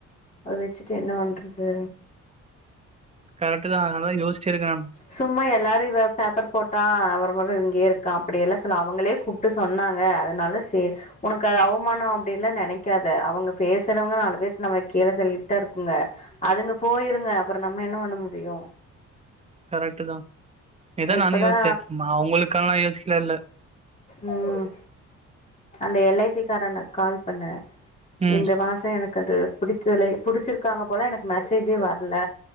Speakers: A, on the left; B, on the right.
A: அத வெச்சிட்டு என்ன பண்றது
B: கரட்டு தா அதனால தா யோசிச்சி இருக்கனம்
A: சும்மா எல்லாரு இவ பேப்பர் போட் அ அப்பறோ பாத்தா இவ இங்கயே இருக்கா அப்படி எல்லா சொல்ல அவங்களே கூப்டு சொன்னாங்க அதுனால சேர் உனக்கு அது அவமானோ அப்டின்லா நெனைக்காத அவங்க பேசுறவங்க நாலு பேர்த் நம்மள கீழ தள்ளீட்தா இருக்குங்க அதுங்க போயிருங்க அப்பறோ நம்ம என்ன பண்ண முடியு
B: கரெட்டு தா இதா
A: இப்பதா
B: நானு யோஸ்ச்ச ம அவுங்களுக்கெல்லா யோசிக்கல இல்ல
A: ம் அந்த எல் ஐ சி கார அண்ணாக் கால் பண்ண
B: ம்,
A: இந்த மாசோ எனக்கு அது புடிக்கலே புடிச்சிருக்காங்க போல எனக்கு மெசேஜ்ஜே வர்ல